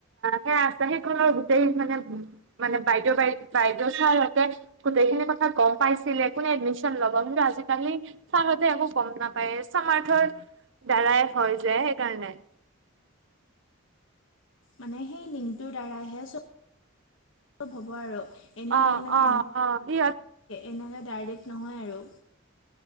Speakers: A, on the right; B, on the left.
A: সেয়া আছে, সেইখনৰ গোটেই মানে, মানে বাইদেউ বাই বাইদেউ ছাৰহঁতে গোটেইখিনি কথা গম পাইছিলে কোনে এডমিশন ল'ব কিন্তু আজিকালি চাৰতে একো গম নাপায়, সামাৰ্থৰ দ্বাৰাই হয় যে, সেইকাৰণে।
B: মানে সেই লিংটোৰ দ্বাৰাহে চব <inaudible> হ'ব আৰু। এনেই
A: অঁ-অঁ-অঁ
B: মানে
A: সেয়া
B: এনেকৈ ডাইৰেক্ট নহয় আৰু।